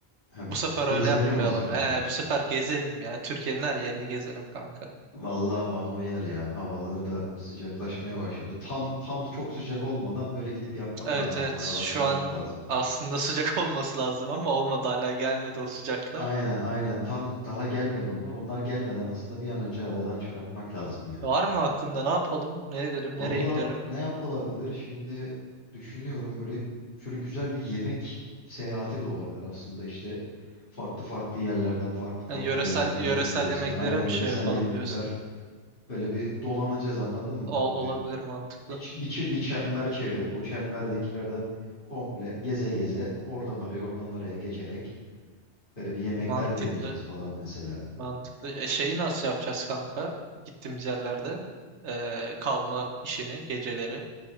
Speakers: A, on the left; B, on the right.
A: Ha,
B: Bu sefer
A: gezmeli
B: öyle yapmayalım.
A: mi olsun diyorsun?
B: Ee, bu sefer gezelim ya. Türkiye'nin her yerini gezelim kanka.
A: Valla bana uyar ya havalar da sıcaklaşmaya başladı. Tam tam çok sıcak olmadan böyle gidip yapmak
B: Evet
A: lazım
B: evet.
A: onu aradan
B: Şu
A: çıkarmak
B: an
A: lazım.
B: aslında sıcak <laughs> olması lazım ama olmadı hala gelmedi o sıcaklar.
A: Aynen aynen tam daha gelmedi onlar onlar gelmeden aslında bir an önce aradan çıkartmak lazım ya.
B: Var mı aklında ne yapalım? Ne edelim?
A: Valla
B: Nereye gidelim?
A: ne yapılabilir? Şimdi düşünüyorum böyle şöyle güzel bir yemek seyahati de olabilir aslında. İşte farklı farklı yerlerden farklı farklı
B: Ha, yöresel
A: lezzetler
B: yöresel
A: gideceksin.
B: yemeklere
A: Aynen
B: mi
A: yöresel
B: şey yapalım
A: yemekler
B: diyorsun?
A: böyle bir dolanacağız anladın mı?
B: Ol,
A: Böyle
B: olabilir
A: bir,
B: mantıklı.
A: bir, ç- bir, ç- bir çember çevirip o çemberdekilerden komple geze geze oradan oraya oradan oraya geçerek böyle bir yemekler
B: Mantıklı.
A: deneyeceğiz falan mesela.
B: Mantıklı. E, şeyi nasıl yapacağız kanka? Gittiğimiz yerlerde e, kalma işini geceleri.